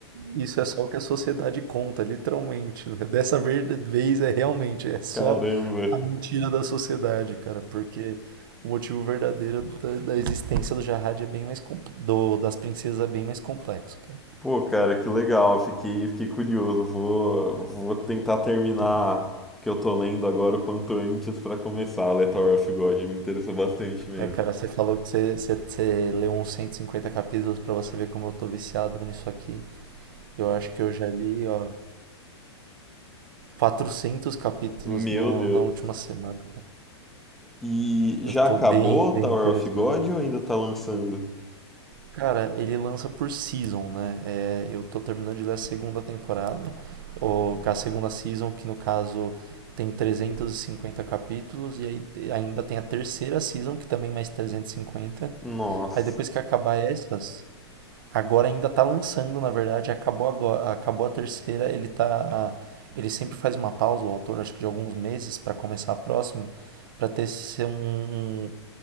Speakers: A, on the right; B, in the centre.
A: Isso é só o que a sociedade conta, literalmente. né? Dessa ver- vez é realmente, é só
B: <laughs> Caramba.
A: a mentira da sociedade, cara, porque o motivo verdadeiro da, da existência do Jahad é bem mais com- do, das princesas é bem mais complexo, cara.
B: Pô, cara, que legal. Fiquei, fiquei curioso. Vou, vou tentar terminar
A: É,
B: o que eu tô lendo agora o quanto antes pra começar a ler Tower of God. Me interessou bastante mesmo.
A: é, cara, você falou que você, você, você leu uns 150 capítulos pra você ver como eu tô viciado nisso aqui. Eu acho que eu já li, ó, 400 capítulos
B: Meu
A: no,
B: Deus.
A: na última semana.
B: E já
A: Eu tô
B: acabou
A: bem,
B: Tower
A: bem interessado.
B: of God ou ainda tá lançando?
A: Cara, ele lança por season, né? É, eu tô terminando de ler a segunda temporada, ou a segunda season, que no caso tem 350 capítulos, e aí ainda tem a terceira season, que também mais 350.
B: Nossa.
A: Aí depois que acabar essas, agora ainda tá lançando, na verdade, acabou agora, acabou a terceira, ele tá. Ele sempre faz uma pausa, o autor, acho que de alguns meses, pra começar a próxima, pra ter ser um um